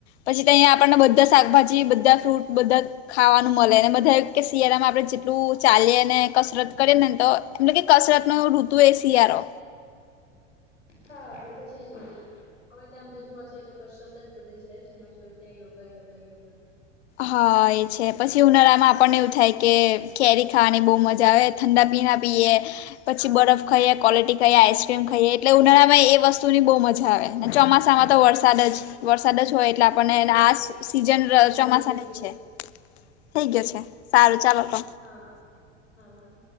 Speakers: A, on the left; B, on the left.
A: પછી તંયા આપને બધા શાકભાજી, બધા ફ્રૂટ, બધા ખાવાનું મળે અને બધા કે શિયાળામાં આપણે જેટલું ચાલીએને, કસરત કરીએ, નેને તો મતલબ કે કસરતનો ઋતુએ શિયાળો
B: હા એ તો છેજ વળી. હવે ત્યાં આમ તો જોવા જઈએ તો કસરત જ બધે છે જ્યાં જોઈએ ત્યાં યોગા યોગા યોગા
A: હા એ છે પછી ઉનાળામાં આપણને એવું થાય કે કેરી ખાવાની બહુ મજા આવે. ઠંડા પીણા પીએ, પછી
B: આપ
A: બરફ ખાઈએ, ક્વોલિટી ખાઈએ, આઈસ- કેમ ખાઈએ એટલે ઉનાળામાં એ વસ્તુની બહુ મજા આવે ને ચોમાસામાં તો વરસાદ જ વરસાદ જ હોય એટલે આપણને
B: આપડે
A: આ સી સીઝન
B: ટાઈમ
A: ર ચોમાસા
B: થઈ ગયો
A: છે થઈ ગયો છે સારું ચાલો તો.
B: હા સારું હા.